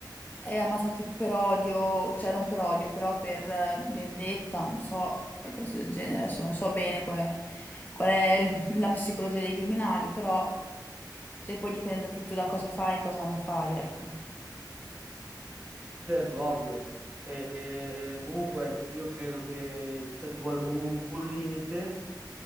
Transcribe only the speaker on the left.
è ammazzato tipo per odio, cioè non per odio, però per eh, vendetta, non so, qualcosa del genere, adesso non so bene come- qual è l- <laughs> la psicologia dei criminali, però cioè, poi dipende da tutto da cosa fai e cosa non fai, ecco.